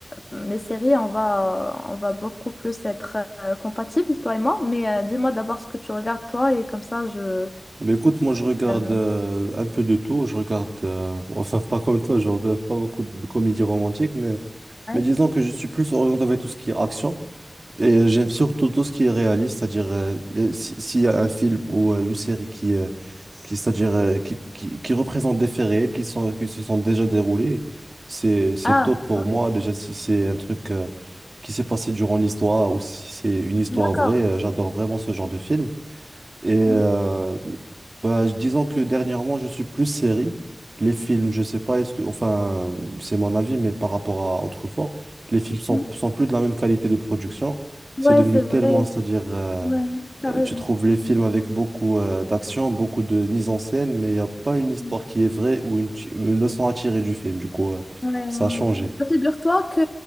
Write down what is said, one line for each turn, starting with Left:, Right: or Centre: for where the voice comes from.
Left: les séries, on va, on va beaucoup plus être euh, compatibles, toi et moi. Mais euh, dis-moi d'abord ce que tu regardes, toi, et comme ça, je...
Right: Mais écoute, moi je regarde
Left: je... euh,
Right: euh, un peu de tout. Je regarde, euh, <laughs> enfin pas comme toi, je regarde pas beaucoup de comédies romantiques, mais,
Left: ouais.
Right: mais disons que je suis plus orienté vers tout ce qui est action. Et euh, j'aime surtout tout ce qui est réaliste, c'est-à-dire euh, y a- si- s'il y a un film ou euh, une série qui, euh, qui c'est-à-dire euh, qui, qui, qui représente des faits réels qui sont, qui se sont déjà déroulés, c'est, c'est
Left: Ah,
Right: top pour
Left: ok.
Right: moi. Déjà, si c'est un truc euh, qui s'est passé durant l'histoire ou si c'est une histoire
Left: D'accord.
Right: vraie, euh, j'adore vraiment ce genre de film. Et euh,
Left: Mhm,
Right: bah, disons que dernièrement, je suis plus série. Les films, je sais pas, est-ce que, enfin, c'est mon avis, mais par rapport à autrefois, les films sont,
Left: mhm.
Right: sont plus de la même qualité de production.
Left: Ouais,
Right: C'est devenu
Left: c'est
Right: tellement,
Left: vrai.
Right: c'est-à-dire, euh,
Left: Ouais, tu as
Right: euh,
Left: raison.
Right: tu trouves les films avec beaucoup euh, d'action, beaucoup de mise en scène, mais il n'y a pas une histoire
Left: Mm.
Right: qui est vraie ou une, ti- une leçon à tirer du film. Du coup, euh,
Left: Ouais, ouais.
Right: ça a changé.
Left: Bah, Figure-toi que